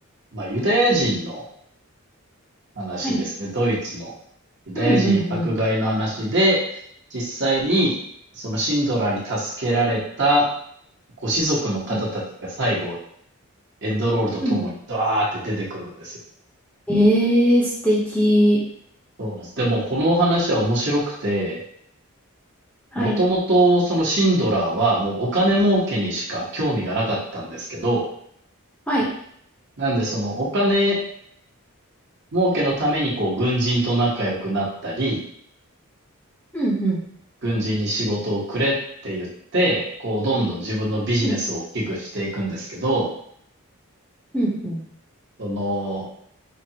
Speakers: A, on the right; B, in the centre.
A: まあ、ユダヤ人の話ですね。
B: はい。
A: ドイツのユダヤ人迫害の話で、
B: うんうんうん。
A: 実際にそのシンドラーに助けられたご子族の方たちが最後、
B: うん
A: エンドロールとともにドワーって出てくるんですよ。
B: うんえー、素敵。
A: そうなんです。でも、このお話は面白くて、
B: はい。
A: もともとそのシンドラーはもうお金儲けにしか興味がなかったんですけど、
B: はい。
A: なんでそのお金儲けのためにこう軍人と仲良くなったり、
B: うんうん
A: 軍人に仕事をくれって言って、こう、どんどん自分のビジネスを大きくしていくんですけど、
B: うん。うんうん
A: その、